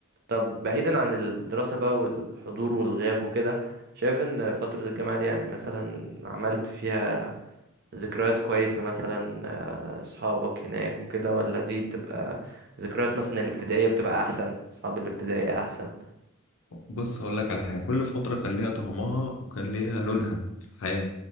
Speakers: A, on the right; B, on the left.
A: طب بعيدا عن الدراسة بقى والحضور والغياب وكده شايف ان فترة الجامعة دي يعني مثلا عملت فيها ذكريات كويسة مثلا اصحابك هناك وكده ولا دي بتبقى ذكريات مثلا الابتدائية بتبقى احسن اصحاب الابتدائية احسن
B: بص هقول لك على حاجه كل فتره كان ليها طعمها وكان ليها لونها في الحياه